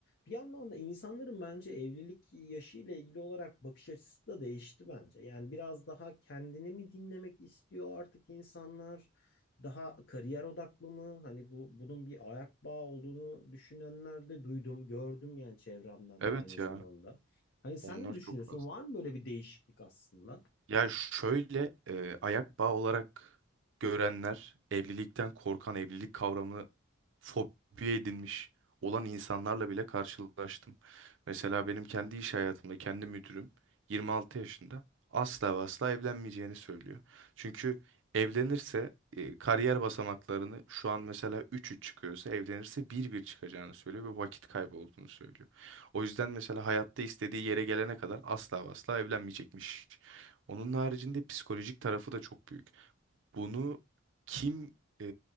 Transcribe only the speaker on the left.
bir yandan da insanların bence evlilik yaşı ile ilgili olarak bakış açısı da değişti bence. Yani biraz daha kendini mi dinlemek istiyor artık insanlar daha kariyer odaklı mı hani bu bunun bir ayak bağı olduğunu düşünenler de duydum gördüm yani çevremden
de aynı zamanda.
Hani sen
ne düşünüyorsun?
Var mı böyle bir değişiklik aslında?